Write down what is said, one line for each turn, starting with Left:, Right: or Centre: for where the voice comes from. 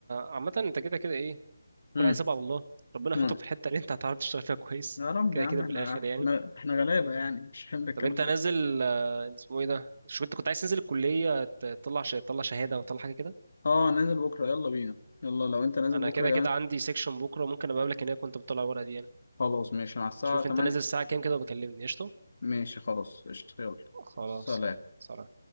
Right: عامه انت كده كده ايه كل
Left: امم
Right: حساب على الله ربنا يحطك
Left: امم
Right: في الحته اللي انت هتعرف تشتغل فيها كويس
Left: يا رب
Right: كده
Left: يا عم
Right: كده
Left: احنا
Right: في الاخر يعني
Left: احنا احنا غلابة يعني مش حمل الكلام
Right: طب انت
Left: ده
Right: نازل آه، اسمه ايه ده شو انت كنت عايز تنزل الكليه ت- تطلع ش- تطلع شهاده او تطلع حاجه كده
Left: اه نازل بكرة يلا بينا يلا لو انت نازل
Right: انا
Left: بكرة
Right: كده
Left: كمان
Right: كده عندي سيكشن بكره ممكن ابقى اقابلك هناك وانت بتطلع الورقه دي يعني.
Left: خلاص ماشي مع الساعة
Right: شوف
Left: 8
Right: انت نازل الساعة كام كده وبكلمني قشطة
Left: ماشي خلاص قشطة يلا
Right: خلاص
Left: سلام
Right: يلا سلام